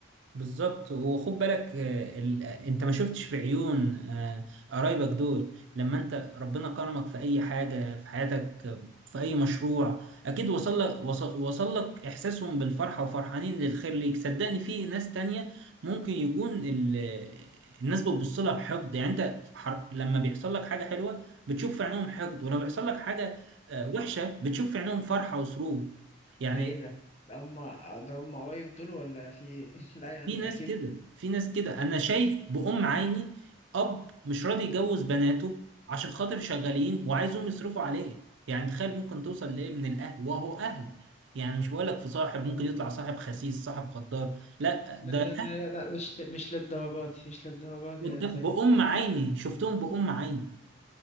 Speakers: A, on the right; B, on the left.
A: بالظبط وخد بالك آه، ال... آه، انت ما شفتش في عيون آه، قرايبك دول لما انت ربنا كرمك في اي حاجة في حياتك آه، في اي مشروع اكيد وصل لك وصل... وصل لك احساسهم بالفرحة وفرحانين للخير ليك صدقني في ناس تانية ممكن يكون ال... آه، الناس بتبص لها بحقد يعني انت حر... لما بيحصل لك حاجة حلوة بتشوف في عينهم حقد ولما بيحصل لك حاجة آه، وحشة بتشوف في عينهم فرحة وسرور يعني
B: ده إيه ده؟ ده هم ده هم قرايب دول ولا في <laughs> إيه؟ لا يا عم
A: في ناس
B: أكيد
A: كده في ناس كده انا شايف بأم عيني اب مش راضي يجوز بناته عشان خاطر شغالين وعايزهم يصرفوا عليه يعني تخيل ممكن توصل لايه من الاهل وهو اهل يعني مش بقولك في صاحب ممكن يطلع صاحب خسيس صاحب غدار لا
B: لا
A: ده
B: لا لا لا لا، مش ل- مش للدرجات دي مش للدرجات دي
A: قدام-
B: يا سيد
A: بأم عيني شفتهم بأم عيني